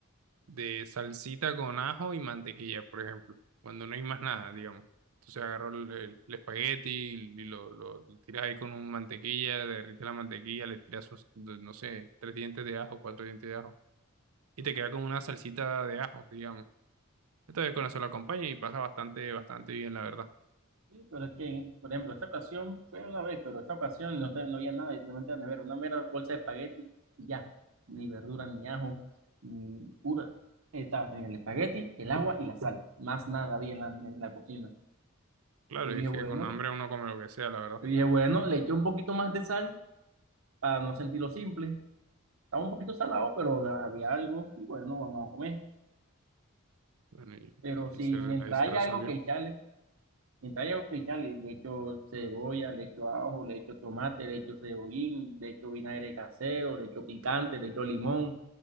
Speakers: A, on the right (about 80°); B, on the right (about 70°).
A: de salsita con ajo y mantequilla, por ejemplo, cuando no hay más nada, digamos. Entonces agarro el, el- el espagueti y, lo, lo, lo tiras ahí con un mantequilla, derrite la mantequilla, le tiras, sus, no sé, tres dientes de ajo, cuatro dientes de ajo, y te queda como una salsita de ajo, digamos. Entonces con eso lo acompaña y pasa bastante, bastante bien, la verdad.
B: Sí, pero es que, en- por ejemplo, esta ocasión fue una vez, pero esta ocasión no, te- no había nada, literalmente la nevera, una mera bolsa de espagueti y ya, ni verdura, ni ajo, ni pura. Estaba teniendo el espagueti, el agua y la sal, más nada había en la, en la cocina.
A: Claro,
B: Yo dije,
A: y es
B: bueno,
A: que con hambre uno come lo que sea, la verdad.
B: yo dije, bueno, le eché un poquito más de sal para no sentirlo simple. Estaba un poquito salado, pero había algo y bueno, vamos a comer.
A: Bueno, y
B: Pero
A: ahí
B: si
A: se,
B: mientras
A: ahí se
B: hay
A: resolvió.
B: algo que echarle, Mientras haya oficiales, le echo cebolla, le echo ajo, le echo tomate, le echo cebollín, le echo vinagre casero, le echo picante, le echo limón.